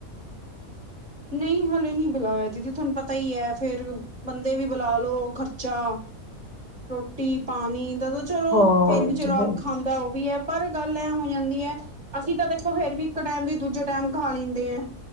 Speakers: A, on the right; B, on the left.
A: ਨਹੀਂ ਹਲੇ ਨੀ ਬੁਲਾਇਆ, ਦੀਦੀ ਤੁਹਾਨੂੰ ਪਤਾ ਹੀ ਹੈ ਫੇਰ ਬੰਦੇ ਵੀ ਬੁਲਾ ਲੋ ਖਰਚਾ, ਰੋਟੀ, ਪਾਣੀਦਾਂ ਚਲੋ,
B: ਹਾਂ
A: ਫੇਰ ਵੀ ਜਦੋਂ
B: ਤੇ
A: ਆਪ
B: ਹੈ
A: ਖਾਂਦਾ ਉਹ ਵੀ ਹੈ ਪਰ ਗੱਲ ਐ ਹੋ ਜਾਂਦੀ ਹੈ, ਅਸੀਂ ਤਾਂ ਦੇਖੋ ਫੇਰ ਵੀ ਇੱਕ ਟਾਈਮ ਦੀ, ਦੂਜੇ ਟਾਈਮ ਖਾ ਲੈਂਦੇ ਆ